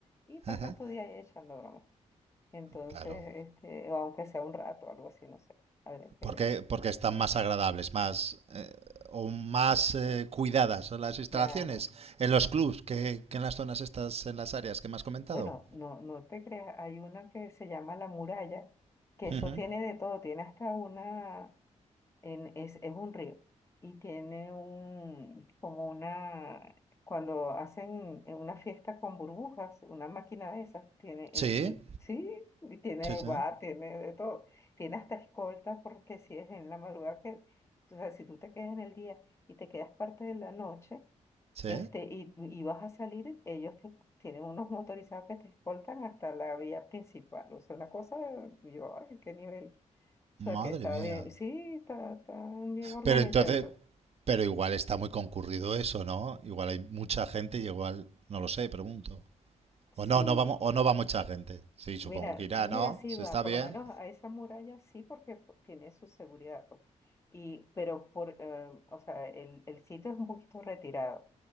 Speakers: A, on the left; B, on the right.
A: y pasas
B: <laughs>
A: tu día ahí echando broma. Entonces,
B: claro,
A: este, o aunque sea un rato, algo así, no sé, habría que
B: porque,
A: ver,
B: porque están más agradables, más eh, o más eh, cuidadas las instalaciones
A: claro.
B: en los clubs que, que en las zonas estas, en las áreas que me has comentado.
A: Bueno, no, no te creas, hay una que se llama La Muralla, que eso
B: Ujú.
A: tiene de todo, tiene hasta una, en, es, es un río, y tiene un, como una, cuando hacen en una fiesta con burbujas, una máquina de esas, tiene, eh,
B: Sí,
A: y, sí, y tiene
B: sí, sí,
A: bar, tiene de todo, tiene hasta escoltas, porque si es en la madrugada que, o sea, si tú te quedas en el día y te quedas parte de la noche,
B: sí.
A: este, y, y vas a salir, ellos te- tienen unos motorizados que te escoltan hasta la vía principal. O sea, una cosa, yo, ay, qué nivel. O sea,
B: Madre
A: que está
B: mía.
A: bien, sí, está, está bien organizadito.
B: Pero entonces, pero igual está muy concurrido eso, ¿no? Igual hay mucha gente y igual, no lo sé, pregunto.
A: Sí,
B: O no, no vamos, o no va mucha gente. Sí, supongo
A: Mira,
B: que irá,
A: mira,
B: ¿no?
A: sí
B: Se
A: va,
B: está
A: por
B: bien.
A: lo menos a esa muralla sí, porque pues, tiene su seguridad, pues. Y, pero por, eh, o sea, el, el sitio es un poquito retirado.